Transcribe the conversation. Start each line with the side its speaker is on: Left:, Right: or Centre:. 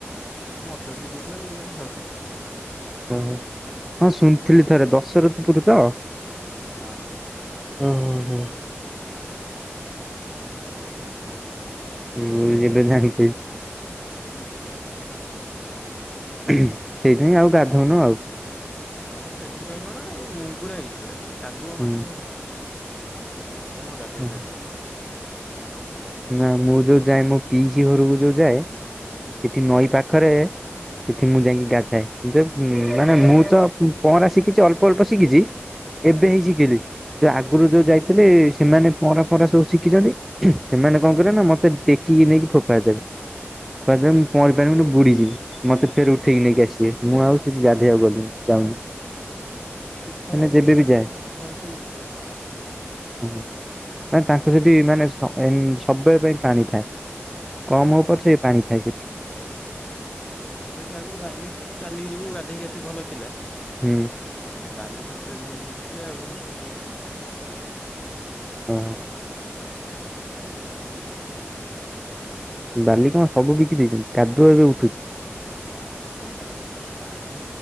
Left: ମଦ ପିଇ ଦେଇଥିଲା ବୁଡିଗଲା ଆଉ।
Centre: ଓୋ ହଁ ଶୁଣିଥିଲି ଥରେ ଦଶରଥପୁର ତ?
Left: ହଁ ହଁ।
Centre: ହୁଁ ହୁଁ ହୁଁ। ହଁ ଯେବେ ଜାଣିପାଇଲି। ସେଇଥିପାଇଁ ଆଉ ଗାଧଉନୁ ଆଉ।
Left: ହଁ ସେଥିପାଇଁ କଣ ଆଉ ନୁଙ୍ଗୁରା ହେଇଛି ପୁରା କାଦୁଅ
Centre: ହୁଁ
Left: ମାଦୁଅ। ଆରେ କଣ ଗାଧେଇବୁ
Centre: ଓହୋ।
Left: ତାଦେହେରେ।
Centre: ନା ମୁଁ ଯୋଉ ଯାଏ ମୋ ପିଇସି ଘରକୁ ଯୋଉ ଯାଏ ସେଠି
Left: ହୁଁ
Centre: ନଈ ପାଖରେ, ସେଠି ମୁଁ ଯାଇକି ଗାଧାଏ, କି ମାନେ ମୁଁ ତ ପହଁରା ଶିଖିଛି ଅଳ୍ପ ଅଳ୍ପ ଶିଖିଛି।
Left: ହଁ
Centre: ଏବେ ହିଁ ଶିଖିଲି ଯଉ ଆଗରୁ ଯୋଉ ଯାଇଥିଲି ସେମାନେ ପହଁରା ଫହରା ସବୁ ଶିଖିଛନ୍ତି। ସେମାନେ କଣ କରିବେ ନା ମୋତେ ଟେକିକି ନେଇକି ଫୋପାଡି ଦେବେ, ଫୋପାଡି ଦେଲେ ମୁଁ ପହଁରି ପାରିବିନି ବୁଡ଼ିଯିବି। ମତେ ଫେର ଉଠେଇକି ନେଇକି ଆସିବେ ମୁଁ ଆଉ ସେଠି ଗାଧେଇଆବାକୁ ଗଲିନି ଯାଉନି।
Left: ତୁଠ
Centre: ମାନେ
Left: ଭଲ
Centre: ଯେବେ
Left: ଥିବ
Centre: ବି
Left: ଆମର
Centre: ଯାଏ
Left: ତୁଠ ଏଟି ପୁରା ଖରାପ।
Centre: ଓ ନା ତାଙ୍କୁ ସେଠି ମାନେ ଏ ସବୁବେଳେ ପାଇଁ ପାଣି ଥାଏ କମ ହଉ ପଛେ ପାଣି ଥାଏ ସେଠି।
Left: ହଁ ଆମର ଏଠି ଆଗରୁ ବାଲି ଥିଲା ଚାଲିକି ଯିବୁ ଗଧେଇକି ଆସିି ଭଲ ଥିଲା।
Centre: ହୁଁ
Left: ଆଉ ବାଲି ସବୁ ଚୋରି କରି ବିକିଲେ ଆଉ କଉଁଠି କଣ ହେବ।
Centre: ହଁ। ବାଲି କଣ ସବୁ ବିକି ଦେଇଛନ୍ତି କାଦୁଅ ଏବେ ଉଠୁଛି?
Left: ହଁ ଖାଲି କାଦୁଅ ବାଲି